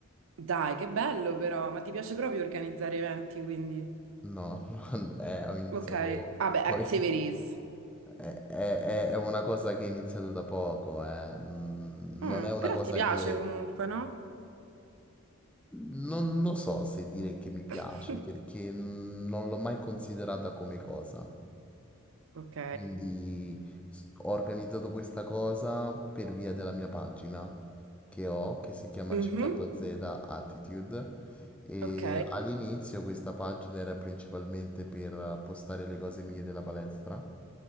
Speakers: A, on the right; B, in the centre.
A: Dai, che bello però. Ma ti piace proprio organizzare eventi, quindi.
B: No, <laughs> non- eh, ho iniziato,
A: Ok. Ah beh,
B: ho
A: activities.
B: in- è, è- è- è una cosa che è iniziato da poco, eh, mm,
A: Mm,
B: Non è una
A: però
B: cosa
A: ti piace
B: che...
A: comunque, no?
B: Non lo so se dire che mi piace
A: <laughs>
B: perché non l'ho mai considerata come cosa.
A: Ok.
B: Quindi s- ho organizzato questa cosa per via della mia pagina che ho, che si chiama
A: Mhm.
B: CKZ Attitude. E
A: Ok.
B: all'inizio questa pagina era principalmente per postare le cose mie della palestra